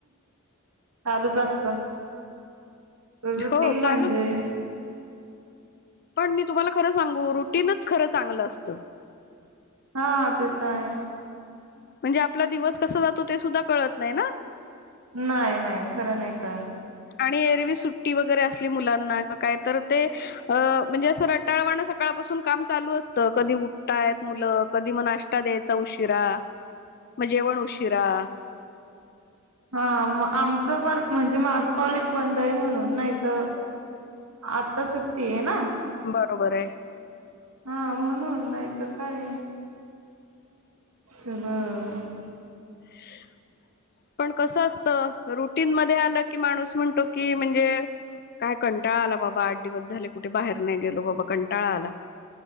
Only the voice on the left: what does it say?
हो
चालू पण मी तुम्हाला खरं सांगू रुटीनच खरं चांगलं असतं
म्हणजे आपला दिवस कसा जातो ते सुद्धा कळत नाही ना
आणि एरवी सुट्टी वगैरे असली मुलांना काय तर ते अ म्हणजे असं रटाळवाण सकाळपासून काम चालू असतं कधी उठताय मुलं कधी मग नाष्टा देत ण उशिरा मग जेवण उशिरा
बरोबर आहे
<unintelligible> पण कसं असत रुटीन मध्ये आलं की माणूस म्हणतो की म्हणजे काय कंटाळा आला बाबा आठ दिवस झाले कुठे बाहेर नाही गेलो बाबा कंटाळा आला